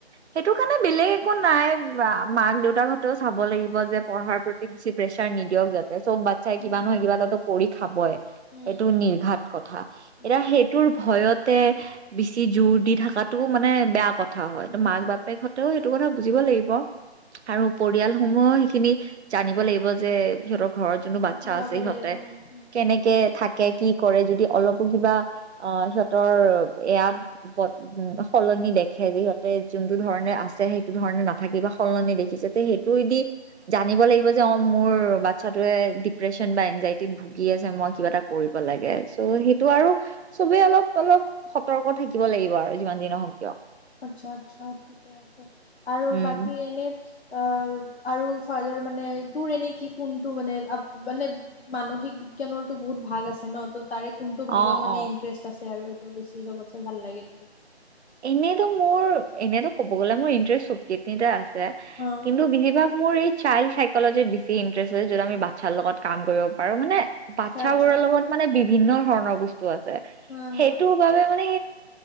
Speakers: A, on the right; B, on the left.
A: সেইটো কাৰণে বেলেগ একো নাই মাক-দেউতাকহতেও চাব লাগিব লাগিব যে পঢ়াৰ প্ৰতি বেছি প্ৰেছা প্ৰছাৰ নিদিয়ক যাতে তে চব বাচ্ছাই কিবা
B: উম
A: নহয় কিবা এটা কৰি খাবই
B: উম
A: এইটো
B: উম
A: নিৰ্ঘাত কথা,
B: উম
A: এতিয়া সেইটোৰ ভয়তে, বেছি জোৰ দি থকাটো মানে বেয়া কথা কথা হয়,
B: উম
A: মাক
B: উম উম
A: বাপেকহঁতেও সেইটো কথা বুজিব লাগিব আৰু পৰিয়ালসমূহ সেইখিনি জানিব লাগিব যে সিহঁতক ঘৰত যোনটো
B: বুজি
A: বাচ্ছা
B: পাব
A: আছে সিহঁতে,
B: লাগিব উম
A: কেনেকে থাকে কি কৰে যদি, অলপো কিবা, অ' সিহঁতৰ ইয়াত <unintelligible> সলনি দেখে, যিহঁতে যোনতটো ধৰণে আছে সেইটো ধৰণে নাথাকিব বা সলনি দেখে যাতে সেইটোৱে
B: উম
A: দি জাত জানিব লাগিব যে, অঁ মোৰ বাচ্ছাটোৱে ডিপ্ৰেশ্যন বা এনজাইটিত ভুগি আছে মই কিবা এটা কৰিব লাগে, চ' সেইটো আৰু, চবে অলপ-অলপ সতৰ্ক থাকিব লাগিব আৰু যিমান দিন নহওক কিয়।
B: আচ্ছা আচ্ছা ঠিকে আছে, আৰু
A: উম
B: বাকী এনে আহ আৰু ফাইডাৰ মানে তোৰ এনে কি কোনটো মানে-আব মানে মানসিক বিজ্ঞানৰো বহুত ভাগ আছে ন, ত তাৰে কোনটো ভাগত
A: অ
B: মানে
A: অ
B: ইণ্টাৰেষ্ট আছে আৰু বেছি চবতছে ভাল লাগে তোক?
A: এনেইতো মোৰ এনেইতো কব গলে মোৰ ইন্টষ্টব কেই আছ ছে,
B: অ
A: কিন্তু বেছিভাগ মোৰ এই চাইল চাইকলজিত বেছি ইন্টাৰেষ্টছে, যত আমি বাচ্ছাৰ লগত কাম কৰিব পাৰো, মানে
B: আচ্ছা
A: বাচ্ছাবোৰৰ
B: আচ্ছা
A: লগত মানে বি ভিন্ন ধৰণৰ বস্তু টো আছে,
B: হা হা
A: সেইটো বাবে মানে